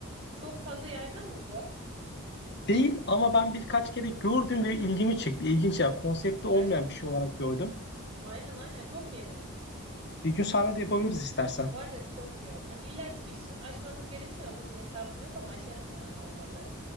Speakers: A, on the right; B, on the left.
A: Çok fazla yaygın mı bu?
B: Değil ama ben birkaç kere gördüm ve ilgimi çekti. İlginç ya. Konsepti olmayan
A: Gerçekten
B: bir şey
A: ilginç.
B: olarak gördüm.
A: Aynen aynen çok yeni.
B: Bir gün sahne de yapabiliriz istersen.
A: Bu arada çok iyi oldu. Hani illa Twitch açmamız gerekiyor mu? Bir hesabım yok ama açarım yani olmadı.